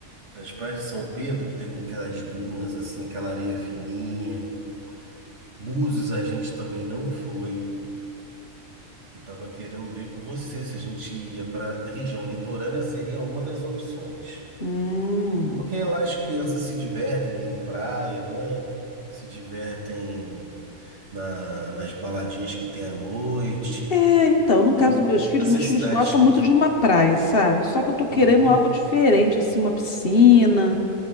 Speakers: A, on the right (about 65°); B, on the left (about 50°).
A: As praias de São Pedro tem aquelas dunas assim, aquela areia fininha. Búzios a gente também não foi. Eu estava querendo ver com você se a gente ia para região litorânea, seria uma das opções.
B: Hum.
A: Porque lá as crianças se divertem, né, em praia, né? Se divertem na, nas baladinhas que tem à noite.
B: É, então, no caso
A: E
B: dos meus filhos,
A: essas
B: meus filhos
A: cidades
B: gostam
A: que
B: muito
A: eu. fu-
B: de uma praia, sabe? Só que eu tô querendo
A: Uhum.
B: algo diferente, assim, uma piscina,